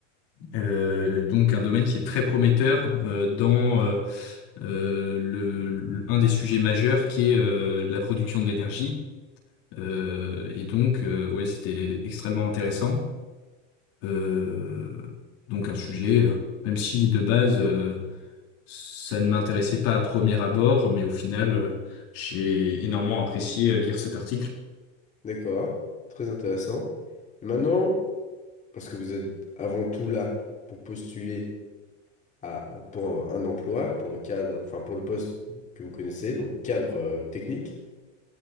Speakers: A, on the left (about 55°); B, on the left (about 20°).
A: Euh, donc un domaine qui est très prometteur euh, dans euh, euh, le, le- un des sujets majeurs qui est euh, la production de l'énergie. Euh, et donc euh, ouais, c'était extrêmement intéressant. Euh, donc un sujet, euh, même si de base euh, ça ne m'intéressait pas à premier abord, mais au final, euh, j'ai énormément apprécié euh, lire cet article.
B: D'accord. Très intéressant. Et maintenant, parce que vous êtes avant tout là pour postuler à, pour un emploi, pour le cadre, enfin pour le poste que vous connaissez, donc cadre euh, technique,